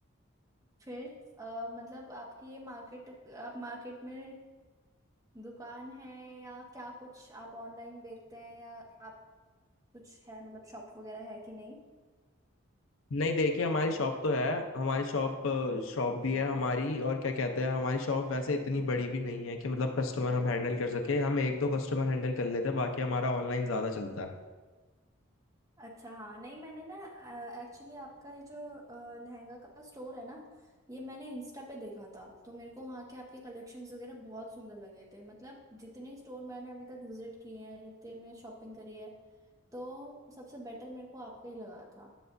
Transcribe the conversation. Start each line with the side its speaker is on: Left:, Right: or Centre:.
Right: फिर अ, मतलब आपकी ये मार्केट आप मार्केट में दुकान है या क्या कुछ आप ऑनलाइन बेचते हैं या आप कुछ है मतलब शॉप वगैरह है कि नहीं
Left: नहीं देखिए हमारी शॉप तो है हमारी शॉप शॉप भी है हमारी और क्या कहते हैं हमारी शॉप वैसे इतनी बड़ी भी नहीं है कि मतलब कस्टमर हम हैंडल कर सके हम एक दो कस्टमर हैंडल कर लेते हैं बाकी हमारा ऑनलाइन ज्यादा चलता है
Right: अच्छा हाँ नहीं मैंने ना एक्चुअली आपका ये जो अ, लहंगा का स्टोर है ना ये मैंने इंस्टा पे देखा था तो मेरे को वहाँ के आपके कलेक्शंस वगैरह बहुत सुंदर लगे थे मतलब जितने स्टोर मैंने अभी तक विजिट किए हैं जितने मैं शॉपिंग करी है तो सबसे बेटर मेरे को आपका ही लगा था